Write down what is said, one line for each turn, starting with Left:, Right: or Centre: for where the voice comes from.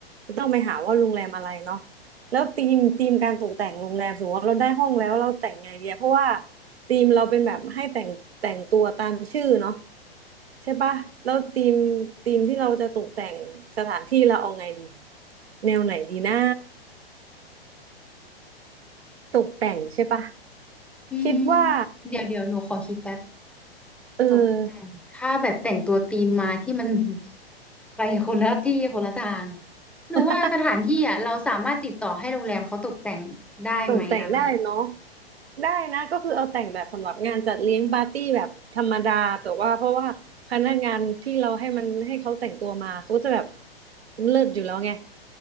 Right: จะต้องไปหาว่าโรงแรมอะไรเนาะแล้วธีมธีมการตกแต่งโรงแรมสมมติว่าเราได้ห้องแล้วเราแต่งไงเดียเพราะว่าธีมเราเป็นแบบให้แต่งแต่งตัวตามชื่อเนาะใช่ปะแล้วธีมธีมที่เราจะตกแต่งสถานที่เราเอาไงดีแนวไหนดีนะตกแต่งใช่ปะ
Centre: อืม
Right: คิดว่า
Centre: เดี๋ยวเดี๋ยวหนูขอคิดแป๊บ
Right: เออ
Centre: ตกแต่งถ้าแบบแต่งตัวธีมมาที่มัน <laughs> ไปคนละที่คนละทางหนูว่าสถานที่อ่ะเราสามารถติดต่อให้โรงแรมเขาตกแต่งได้ไหมอ่ะพี่
Right: <laughs> ตกแต่งได้เนาะได้นะก็คือเอาแต่งแบบสำหรับงานจัดเลี้ยงปาร์ตี้แบบธรรมดาแต่ว่าเพราะว่าพนักงานที่เราให้มันให้เขาแต่งตัวมาเขาก็จะแบบเลิศอยู่แล้วไง